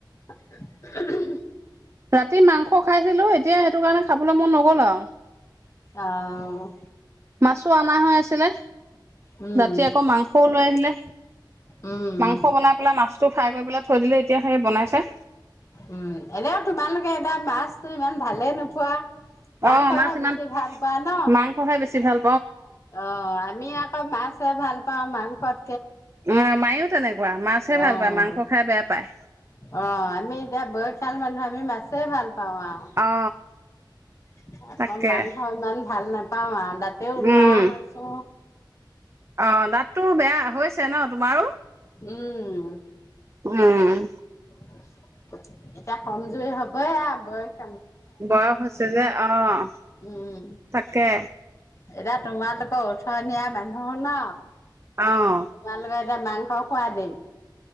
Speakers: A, on the left; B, on the right.
A: <unintelligible>
B: ৰাতি মাংস খাইছিলো এতিয়া সেইটো কাৰণে খাবলৈ মন নগ'ল আৰু
A: আ-আহ
B: মাছো অনা হৈ আছিলে।
A: উম,
B: ৰাতি আকৌ মাংসও লৈ আহিলে।
A: উম।
B: মাংস বনাই পেলাই মাছতটো ফ্ৰাই কৰিব আগবেলা থৈ দিলে এতিয়া সেই বনাইছে।
A: উম এনেও তোমালোকে এতিয়া মাছতো ইমান ভালে নোপোৱা। মাংসহে
B: অ মাছ ইমান
A: বেছি ভাল পোৱা ন?
B: মাংসহে বেছি ভাল
A: অ আমি আকৌ মাছ খাই ভাল পাওঁ মাংসত
B: অহ মায়ো তেনেকুৱা মাছহে ভাল
A: অ',
B: পায় মাংস খাই বেয়া পায়।
A: অ', আমি <unintelligible> মানুহ আমি মাছে ভাল পাওঁ আৰু,
B: অ
A: <unintelligible>
B: তাকে
A: মাংস ইমান ভাল নাপাওঁ আৰু দা‍ঁত বুঢ়া
B: উম
A: হৈছো।
B: অ দাঁতটো বেয়া হৈছে ন তোমাৰ
A: উম।
B: উম।
A: এতিয়া কমজুৰি হ'বয়ে আৰ ব
B: বয়স হৈছে যে অহ্
A: উম,
B: তাকে
A: এতিয়া তোমালোকৰ উঠনীয়া মানুহ ন
B: অ
A: তোমালোকে এটা মাং অ' খুৱাই দিল